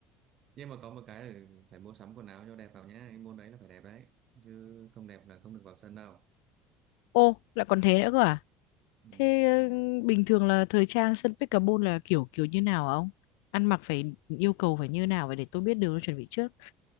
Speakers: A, on the right; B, on the left.
A: nhưng mà có một cái là phải mua sắm quần áo cho đẹp vào nhá cái môn đấy là phải đẹp đấy chứ không đẹp là không được vào sân đâu
B: Ô, lại còn thế nữa cơ à?
A: ừ.
B: Thế ừ, bình thường là thời trang sân Pet Carbon là kiểu kiểu như nào hả ông? Ăn mặc phải yêu cầu phải như nào vậy để tôi biết đường tôi chuẩn bị trước.